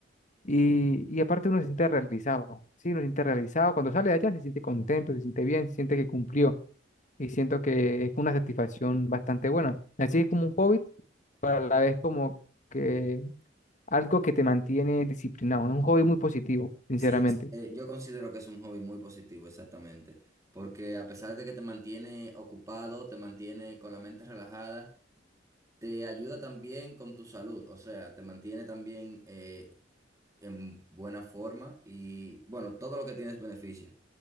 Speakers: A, on the left; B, on the right.
A: Y, y aparte uno se siente realizado, sí, uno se siente realizado. Cuando sale de allá se siente contento, se siente bien, se siente que cumplió. y siento que es una satisfacción bastante buena. Así es como un hobby, pero a la vez como que algo que te mantiene disciplinado. Es un hobby muy positivo, sinceramente.
B: Sí, es- eh, yo considero que es un hobby muy positivo, exactamente, porque a pesar de que te mantiene ocupado, te mantiene con la mente relajada, te ayuda también con tu salud, o sea, te mantiene también eh, en buena forma y bueno, todo lo que tienes beneficio.